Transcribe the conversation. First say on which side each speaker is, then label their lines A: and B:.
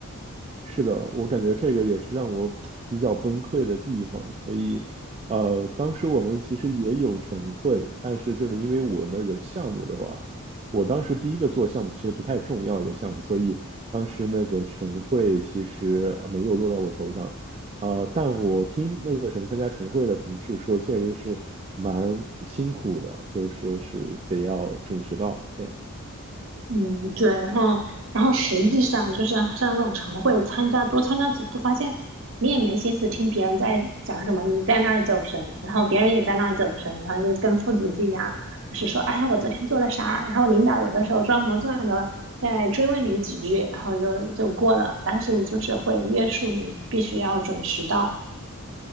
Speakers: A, on the right (about 30°); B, on the right (about 60°).
A: 是的，我感觉这个也是让我比较崩溃的地方，所以，呃，当时我们其实也有晨会，但是就是因为我那个项目的话，我当时第一个做项目其实不太重要一个项目，所以当时那个晨会其实呃没有落在我头上，呃，但我听那个什么参加晨会的同事说，确实是蛮辛苦的，就是说是得要准时到这样。
B: 嗯，对，然后，然后实际上就是像这种晨会，参加多参加几次，发现你也没心思听别人在讲什么，你在那儿走神，然后别人也在那儿走神，然后就跟复读机一样，就是说，哎，我昨天做了啥？然后领导有的时候装模作样的再追问你几句，然后就就过了，但是就是会约束你必须要准时到。